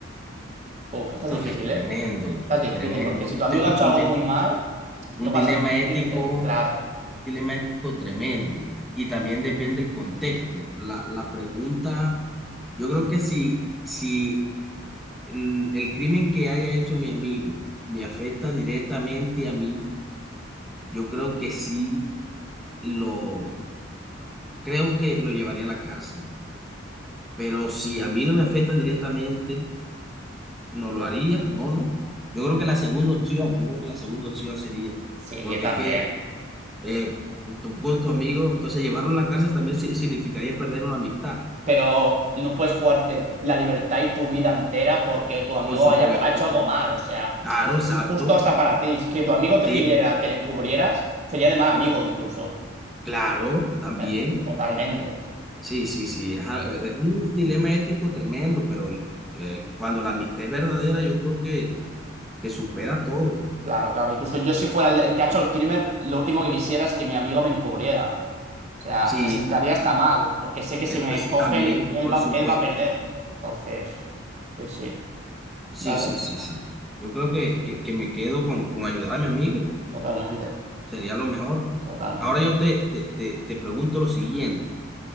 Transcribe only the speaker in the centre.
Ah,
tremendo,
tremendo.
Este
es
un,
un
dil-
un
dilema
ético,
un dilema ético tremendo. Y también depende del contexto. La, la pregunta, yo creo que si, si el, el crimen que haya hecho mi amigo me afecta directamente a mí, yo creo que sí lo, creo que lo llevaría a la cárcel. Pero si a mí no me afecta directamente no lo haría, no, no. Yo creo que la segunda opción, yo creo que la segunda opción sería,
porque
es que eh, tú con tu amigo, entonces llevarlo a la cárcel también si- significaría perder una amistad,
por supuesto.
Claro,
exacto.
Sí,
claro, también.
Sí, sí, sí. Es, a- es un dilema ético tremendo, pero eh, cuando la amistad es verdadera, yo creo que, que supera todo.
Sí,
tam-
eh, pues,
sí,
también,
por
supuesto.
Sí,
sí, sí, sí. Yo creo que, que, que me quedo con, con ayudar a mi amigo.
sería lo mejor.
Ahora yo te, te, te, te pregunto lo siguiente,